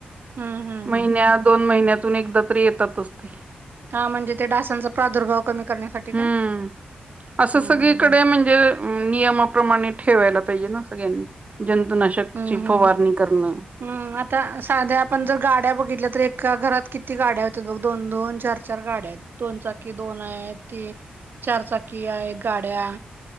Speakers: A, on the right (about 60°); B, on the right (about 35°).
A: हम्म हम्म
B: महिन्या
A: हम्म.
B: दोन महिन्यातून एकदा तरी येतात असते
A: हा म्हणजे ते डासांचा प्रादुर्भाव कमी करण्यासाठी काय
B: हम्म असं
A: हम्म
B: सगळीकडे म्हणजे नियमाप्रमाणे ठेवायला पाहिजे ना सगळ्यांनी. शक
A: हम्म
B: चिफ
A: हम्म हम्म
B: वारिंग
A: हम्म
B: करणार.
A: हम्म आता साध्या आपण जर गाड्या बघितल्या तर एका घरात किती गाड्या दोन दोन चार चार गाड्या आहेत दोन चाकी दोन आहेत ती चार चाकी आहेत गा. पाड्या